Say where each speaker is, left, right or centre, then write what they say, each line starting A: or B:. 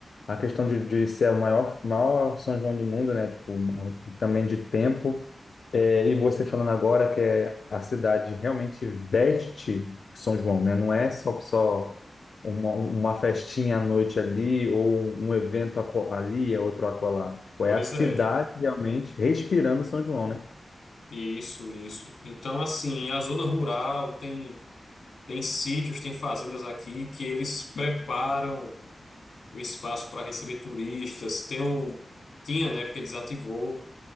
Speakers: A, on the left; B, on the left.
A: a questão de, de ser o maior, maior São João do mundo, né? Tipo, também de tempo. É, e você falando agora que é, a cidade realmente veste São João, né? Não é só, só uma, uma festinha à noite ali ou um evento aco- ali, é outro acolá. Tipo,
B: Pois
A: é a cidade
B: é,
A: realmente respirando São João, né?
B: isso, isso. Então, assim, a zona rural tem, tem sítios, tem fazendas aqui que eles preparam. o espaço para receber turistas. Tem o, tinha, né, porque desativou